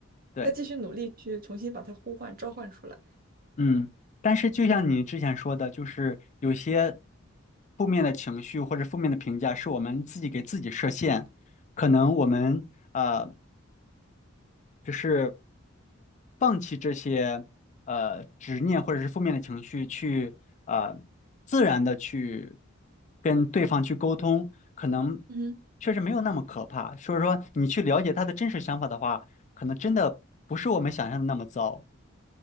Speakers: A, on the left; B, on the right.
A: 对。
B: 再继续努力去重新把它呼唤、召唤出来。
A: 嗯，但是就像你之前说的，就是有些负面的情绪或者负面的评价是我们自己给自己设限，可能我们呃就是放弃这些呃执念或者是负面的情绪去呃自然的去跟对方去沟通，可能
B: 嗯
A: 确实没有那么可怕。所以说你去了解他的真实想法的话，可能真的不是我们想象的那么糟。